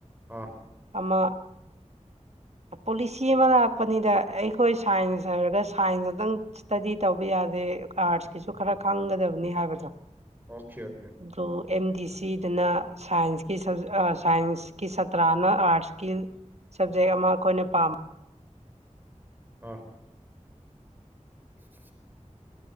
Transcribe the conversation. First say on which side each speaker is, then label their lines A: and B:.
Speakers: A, on the right (about 15°); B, on the right (about 60°).
A: ꯑꯥ
B: ꯑꯃ ꯄꯣꯂꯤꯁꯤ ꯑꯃ ꯂꯥꯛꯄꯅꯤꯗ ꯑꯩꯈꯣꯏ ꯁꯥꯏꯟꯁ ꯍꯥꯏꯔꯒ ꯁꯥꯏꯟ ꯉꯇꯪ ꯢꯁꯇꯗꯤ ꯇꯧꯕ ꯌꯥꯗꯦ ꯑꯥꯔꯠꯁꯀꯤꯁꯨ ꯈꯔ ꯈꯪꯒꯗꯕꯅꯤ ꯍꯥꯏꯕꯗꯣ
A: ꯑꯣꯈꯦ ꯑꯣꯈꯦ
B: ꯑꯣ ꯑꯦꯝ ꯗꯤ ꯁꯤ ꯗꯨꯅꯥ ꯁꯥꯏꯟꯁꯀꯤ ꯑ ꯁꯥꯏꯟꯁꯀꯤ ꯁꯥꯇ꯭ꯔꯥꯅ ꯑꯥꯔꯠꯁꯀꯤ ꯁꯕꯖꯦꯛ ꯑꯃ ꯑꯩꯈꯣꯏꯅ ꯄꯥꯝ
A: ꯑꯥ <inaudible>